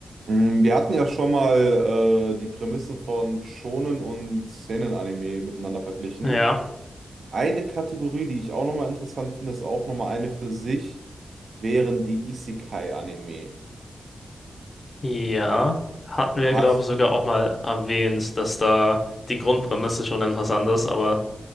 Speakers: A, on the right (about 60°); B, on the left (about 35°).
A: Mm, Wir hatten ja schon mal äh, die Prämissen von Shonen und Seinen-Anime miteinander verglichen.
B: Ja,
A: Eine Kategorie, die ich auch nochmal interessant finde, ist auch nochmal eine für sich, wären die Isekai-Anime.
B: ja. Hatten wir,
A: Hast,
B: glaube ich, sogar auch mal erwähnt, dass da die Grundprämisse schon interessant ist, aber